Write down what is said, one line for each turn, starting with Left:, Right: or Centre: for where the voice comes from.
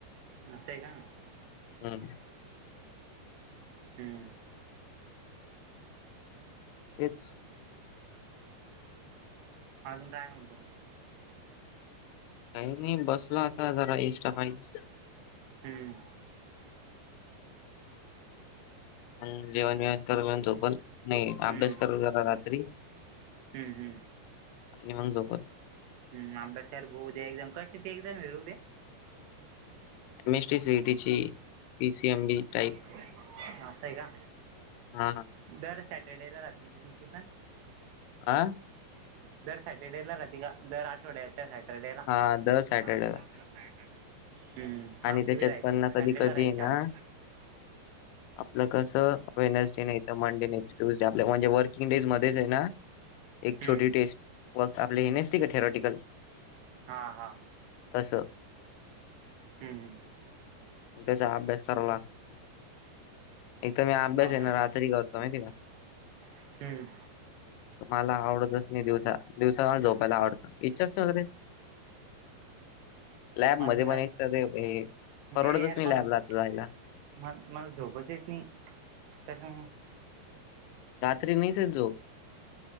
Right: असं आहे का
Left: हम्.
Right: हम्म.
Left: हेच.
Right: अजून काय म्हणतो?
Left: काही नाही बसला आता होता एस्ट्रा <unintelligible>
Right: हम्म.
Left: हम. जीवुन येवुन. थोड्या वेळानं झोपण. नाही
Right: हम्म
Left: अभ्यास करत जरा रात्री --
Right: हम्म हम्म
Left: आणि मग झोपण.
Right: हम्. अभ्यास कर बु उद्या एक्झाम कशाची एक्झाम हाय ऊद्या?
Left: एम एसटी सीटी ची. P CM B type.
Right: <unintelligible> म असं हाय का?
Left: हा
Right: दर सॅटर्डेला राहते तुमची पण?
Left: आं.
Right: जर सॅटर्डे ला राती का? दर आठवड्या त्या सॅटर्डेला
Left: हा दर सॅटर्डेला
Right: <unintelligible> हम्.
Left: आणि
Right: आमची
Left: त्याच्यात
Right: बी राहायची.
Left: पण ना कधी
Right: संडेला
Left: कधी
Right: राहायची
Left: आहे ना
Right: आमची.
Left: आपलं कसं वेनसडे नाहीत, मंडे नाही त, ट्युजडे आपल्या म्हणजे वर् -- <unintelligible> डेज मध्येच हेना, एक
Right: हम्म
Left: छोटी टेस्ट व आपले हे नसते का थेरॉटिकल?
Right: हां. हा.
Left: तसं.
Right: हम् हं.
Left: त्याचा अभ्यास करावा ला -- एक तर मी आप बस
Right: हा
Left: ना राात्री करतोम का
Right: हम्म
Left: मला आवडतच नाही दिवसा दिवसा झोपायला आवडत इच्छाच नवे लॅब
Right: मला
Left: मध्ये पण
Right: का
Left: एक तर ते परवडतच
Right: रे यार
Left: नाही
Right: मला
Left: लॅब लात जायला
Right: म मला झोपच येत नाही त्याच्यामु
Left: रात्री नाही स जो